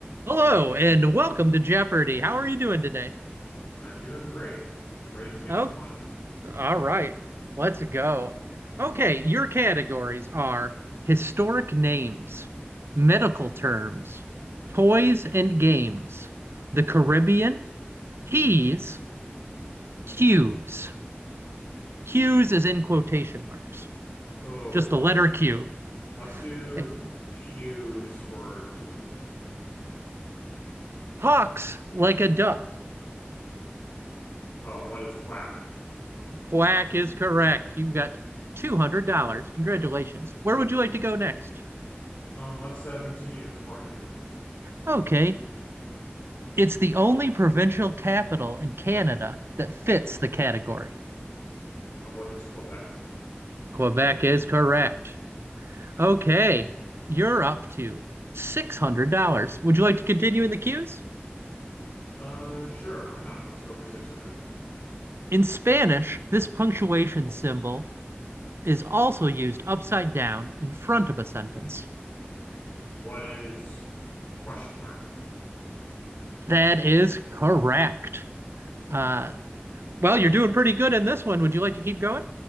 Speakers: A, on the right; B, on the left.
A: Hello and welcome to Jeopardy. How are you doing today?
B: I'm doing great. I'm ready to make
A: Oh,
B: some money.
A: all right. Let's go. Okay, your categories are historic names, medical terms, toys and games, the Caribbean, P's, Q's. Q's is in quotation marks,
B: Oh,
A: just the letter Q.
B: let's do
A: It
B: Q's for 200.
A: talks like a duck.
B: Oh, what is quack?
A: Quack is correct. You've got $200. Congratulations. Where would you like
B: All right.
A: to go next?
B: Um, let's uh, continue 400.
A: Okay. It's the only provincial capital in Canada that fits the category.
B: Uh, what is Quebec?
A: Quebec is correct. Okay, you're up to $600. Would you like to continue in the cues?
B: Uh, sure, why not? Let's go for 600.
A: In Spanish, this punctuation symbol is also used upside down in front of a sentence.
B: What is question mark?
A: That is correct. Uh, well, you're doing pretty good in this one. Would you like to keep going?